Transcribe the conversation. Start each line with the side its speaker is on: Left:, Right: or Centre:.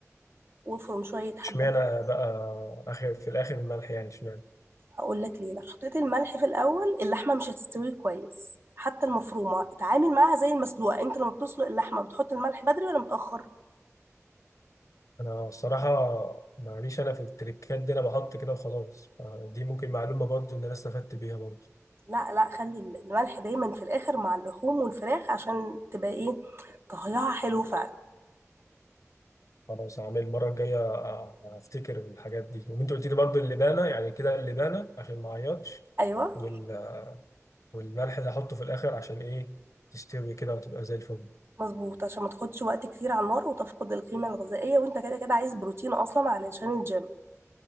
Right: وافرم شويه حبات
Left: اشمعنى بقى اخر في الاخر الملح يعني اشمعنى
Right: هقول لك ليه لو حطيت الملح في الاول اللحمه مش هتستوي كويس حتى المفرومه اتعامل معاها زي المسلوقه انت لما بتسلق اللحمه بتحط الملح بدري ولا متاخر
Left: انا الصراحه معليش انا في التريكات دي انا بحط كده وخلاص آه، دي ممكن معلومه برضو ان انا استفدت بيها برضو
Right: لا لا خلي الملح دايما في الاخر مع اللحوم والفراخ عشان تبقى ايه طهيها حلو فعلا
Left: خلاص هعمل المرة الجاية آه، هفتكر الحاجات دي وانت قلت لي برضه اللبانة يعني كده اللبانة عشان ما اعيطش
Right: ايوه
Left: وال... والملح اللي هحطه في الآخر عشان ايه تستوي كده وتبقى زي الفل
Right: مظبوط عشان ما تاخدش وقت كتير على النار وتفقد القيمه الغذائيه وانت كده كده عايز بروتين اصلا علشان الجيم